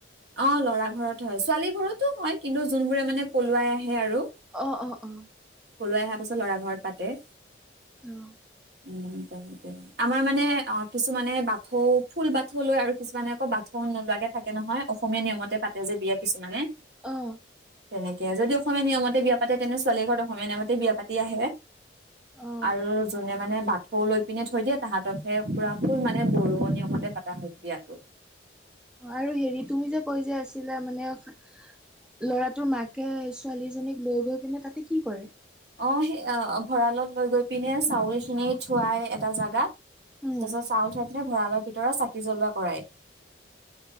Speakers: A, on the right; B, in the centre.
A: অ ল'ৰা ঘৰত হয় ছোৱালী ঘৰতো হয় কিন্তু যোনবোৰে মানে পলুৱাই আহে আৰু।
B: অ অ অ
A: পলোৱাই অহা পাছত লৰা ঘৰত পাতে।
B: অঁ।
A: উ তেনেকে আমাৰ মানে অঁ কিছুমানে বাথৌ ফুল বাথৌ লৈ আৰু কিছুমানে আকৌ বাথ নোলোৱাকে থাকে নহয় অসমীয়া নিয়মতে পাতে যে বিয়া কিছুমানে
B: অঁ!
A: তেনেকে যদি অসমীয়া নিয়মতে বিয়া পাতে তেন্ত ছোৱালী ঘৰত অসমীয়া নিয়মতে বিয়া পাতি আহে।
B: অ
A: আৰু যোনে মানে বাথৌ লৈ পিনে থৈ দিয়ে তাহাঁতকহে পুৰা ফুল মানে বৰু নিয়মতে পতা হয় বিয়াটো।
B: আৰু হেৰি তুমি যে কৈ যে আছিলা মানে ল'ৰাটোৰ মাকে ছোৱালীজনীক লৈ গৈ পিনে তাতে কি কৰে?
A: অ সেই ভঁৰালত লৈ গৈ পিনে চাউল খিনি থোৱাই এটা জাগাত।
B: উম
A: তাৰপিছত চাউল থোৱ পিনে ভঁৰালৰ ভিতৰত চাকি জ্বলোৱা কৰাই।